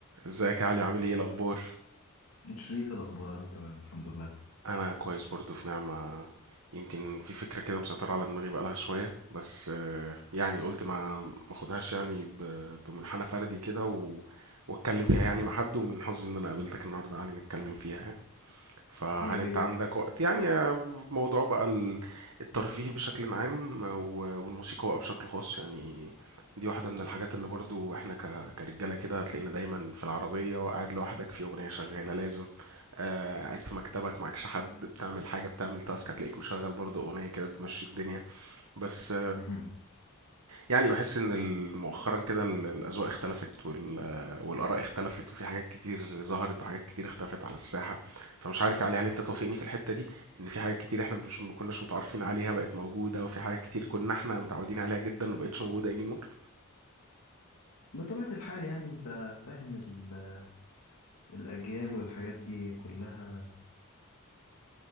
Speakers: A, on the right (about 80°); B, on the left (about 85°).
A: ازيك يا علي عامل ايه الاخبار
B: شريف الأخبار أنا تمام الحمد لله
A: انا كويس برضو في نعمة يمكن في فكرة كده مسيطرة على دماغي بقالها شوية بس آه، يعني قلت ما ما اخدهاش يعني ب- بمنحنى فردي كده و... واتكلم فيها يعني مع حد ومن حظي ان انا قابلتك النهارده يا علي نتكلم فيها يعني فهل
B: إيه هي
A: انت عندك
B: الفكرة
A: وقت يعني موضوع بقى ال- الترفيه بشكل عام و- والموسيقى بقى بشكل خاص يعني دي واحدة من الحاجات اللي برضو احنا ك- كرجالة كده هتلاقينا دايما في العربية قاعد لوحدك في أغنية شغالة لازم آه، قاعد في مكتبك معكش حد بتعمل حاجة بتعمل تاسك هتلاقيك مشغل برضو أغنية كده بتمشي الدنيا بس
B: مهم.
A: يعني بحس ان ال- مؤخرا كده ال- الاذواق اختلفت وال... والاراء اختلفت وفي حاجات كتير ظهرت وحاجات كتير اختفت على الساحه فمش عارف يعني هل انت توافقني في الحته دي ان في حاجات كتير احنا مش ما كناش متعارفين عليها بقت موجوده وفي حاجات كتير كنا احنا متعودين عليها جدا ومبقتش موجوده anymore
B: بطبيعة الحال يعني أنت فاهم ال- الأجيال والحاجات دي كلها